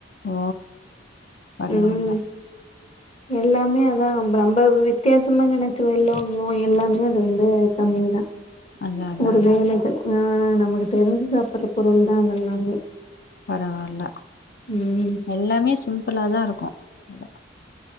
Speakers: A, on the left; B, on the left.
A: ஓ பரவால்ல
B: ம் எல்லாமே அதா நம் நம்ப வித்யாசமா நெனச்சதெல்லா மோ எல்லாமே அது வந்து கம்மிதா
A: அதா அதா
B: ஒரு
A: அதா
B: வேலைகள் ஆ நமக்கு தெரிஞ்சு சாப்பட்ற பொருள் தா அதெல்லாமே
A: பரவால்ல
B: ம்
A: எல்லாமே சிம்ப்பிளா தா இருக்கு அங்க